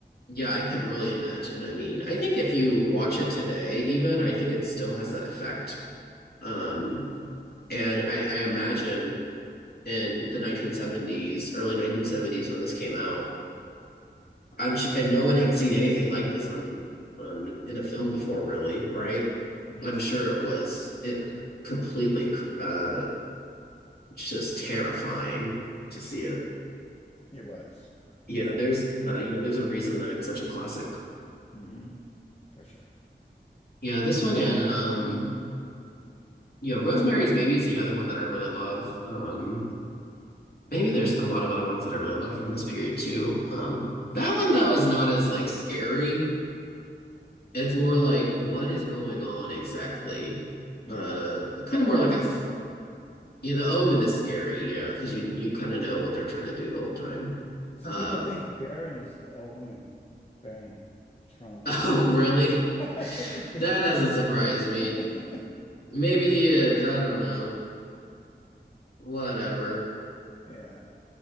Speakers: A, on the left (about 60°); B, on the left (about 35°).
A: Yeah, I can really imagine. I mean, I think if you watch it today, even, I think it still has that effect. Um, and I, I imagine in the 1970s, early 1970s when this came out, I'm sure, and no one had seen anything like this on on in a film before, really, right?
B: hmm
A: I'm sure it was it completely uh just terrifying to see it.
B: it was
A: Yeah, there's uh you know there's a reason that it's such a classic.
B: hmm for sure
A: Yeah, this one and um yeah, Rosemary's Baby is the other one that I really love. Um maybe there's a lot of other ones that I really love from this period too. Um that one though is not as like scary It's more like what is going on exactly?
B: yeah
A: Uh, kind
B: the
A: of
B: Omen
A: more like a f-
B: is scary
A: yeah. The Omen is scary, yeah, because you you kind of know what they're trying to do the whole time.
B: some
A: Uh,
B: people think Baron is the Omen Baron Trump
A: <laughs>
B: is
A: oh,
B: <laughs>
A: really?
B: is the
A: That doesn't
B: Damien
A: surprise me.
B: <laughs>
A: Maybe he is. I don't know. Whatever.
B: yeah